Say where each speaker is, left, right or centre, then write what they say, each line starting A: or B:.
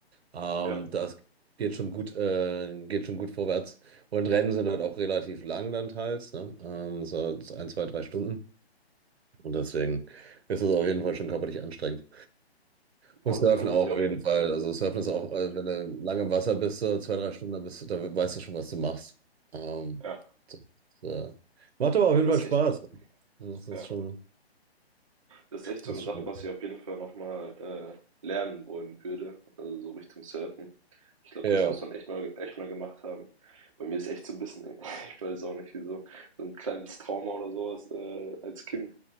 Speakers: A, on the right (about 70°); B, on the right (about 30°).
A: Ähm,
B: Ja,
A: das geht schon gut, äh, geht schon gut vorwärts. Und Rennen sind halt auch relativ lang dann teils, ne? Ähm, so ein, zwei, drei Stunden. Und deswegen ist es auf jeden Fall schon körperlich anstrengend. Und
B: boah,
A: Surfen
B: das glaube
A: auch
B: ich, ja.
A: auf jeden Fall. Also Surfen ist auch, äh, wenn du lange im Wasser bist, so zwei, drei Stunden, da bist du, da weißt du schon, was du machst. Ähm,
B: Ja,
A: das, äh, macht aber auf jeden
B: das
A: Fall Spaß.
B: ist echt,
A: Das ist
B: ja.
A: schon,
B: Das ist echt so
A: das
B: eine
A: ist
B: Sache,
A: schon.
B: was ich auf jeden Fall nochmal äh, lernen wollen würde. Also so Richtung Surfen. Ich glaube,
A: Ja.
B: das muss man echt mal, echt mal gemacht haben. Bei mir ist echt so ein bisschen, <laughs> ich weiß auch nicht wieso, so so ein kleines Trauma oder sowas äh, als Kind.